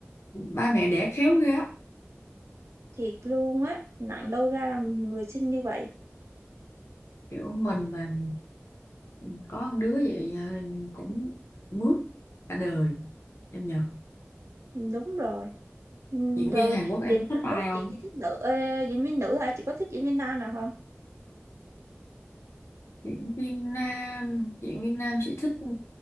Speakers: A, on the left (about 70°); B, on the right (about 75°).
A: ba mẹ đẻ khéo ghê á
B: thiệt luôn á nặng đâu ra là người xinh như vậy
A: kiểu mình mà có con đứa vậy ờ, cũng mướt cả đời em nhờ
B: Ừ, đúng rồi Ừ,
A: diễn
B: rồi
A: viên Hàn Quốc
B: vậy
A: em có
B: Hàn
A: thích ai
B: Quốc
A: không
B: chị chỉ thích nữ ờ, diễn viên nữ hả chị có thích diễn viên nam nào không
A: diễn viên nam diễn viên nam chị thích ừ,